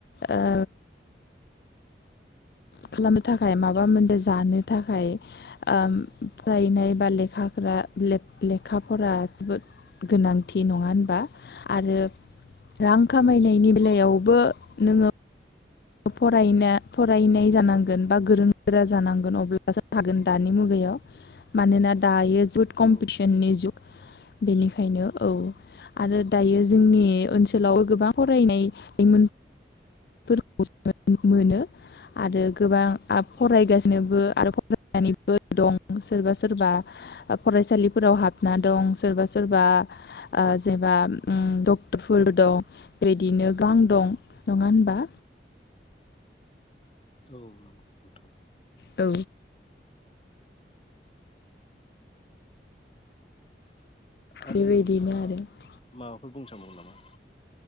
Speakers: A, on the left; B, on the left.
A: ओ खालामनो थाखाय माबा मोनसे जानो थाखाय ओ फरायनाय बा लेखाफोरा ले-ले-लेखाफरा जोबोद गोनांथि नङा होनबा? आरो रां खामायनायनि
B: औ नंगौ
A: बेलायावबो नोङो फरायनो फरायनाय जानांगोन बा गोरों गोरा जानांगोन अब्लासो हागोन दानि मुगायाव मानोना दायो जुग कमपिटिसननि
B: औ नंगौ
A: जुग बेनिखायनो औ आरो दायो
B: औ
A: जोंनि ओनसोलाव गोबां फरायनाय लाइमोन फोरखौ मोनो आरो गोबां फरायगासिनोबो
B: औ
A: आरो फरायनानैबो दं सोरबा सोरबा फरायसालिफोराव हाबना दं सोरबा सोरबा ओ जेनेबा उम डक्टरफोर दं बेदिनो गोबां दं नङा होनबा?
B: औ नंगौ नोंथां।
A: औ।
B: आरो
A: बेबायदिनो
B: नोंथाङा
A: आरो
B: माबाफोर बुंनो सानबावगोन नामा?